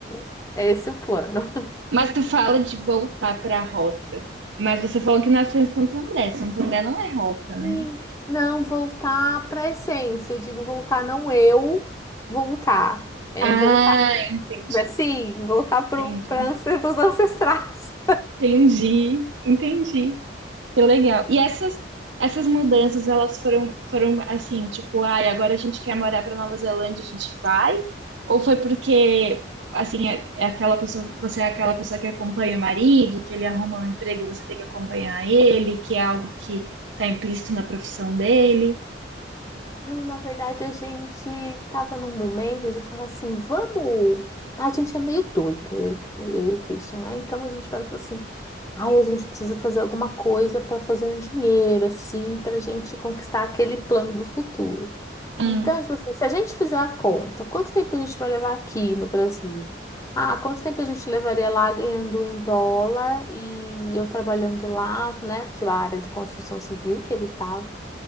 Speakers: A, on the left; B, on the right.
A: o- é esse o plano.
B: mas tu fala de voltar para a roça. Mas você falou que nasceu em Santo André. Santo André não é roça, né?
A: Sim, não voltar para a essência. Eu digo voltar, não eu voltar. É
B: Ah,
A: voltar,
B: entendi,
A: sim, voltar para
B: entendi,
A: os <laughs> ancestrais.
B: entendi, entendi. Que legal. E essas, essas mudanças, elas foram, foram assim, tipo, ai, agora a gente quer morar para Nova Zelândia, a gente vai? Ou foi porque, assim, é, é aquela pessoa, você é aquela pessoa que acompanha o marido, que ele arruma um emprego, você tem que acompanhar ele, que é algo que está implícito na profissão dele?
A: Não, na verdade, a gente estava num momento de falar assim, vamos. A gente é meio doido, eu, eu e o Christian, né? Então a gente pega e fala assim, ai, a gente precisa fazer alguma coisa para fazer um dinheiro, assim, para a gente conquistar aquele plano do futuro.
B: Hum,
A: Então, tipo assim, se a gente fizer a conta, quanto tempo a gente vai levar aqui no Brasil? Ah, quanto tempo a gente levaria lá ganhando em dólar e eu trabalhando lá, né? Tipo, a área de construção civil que ele estava.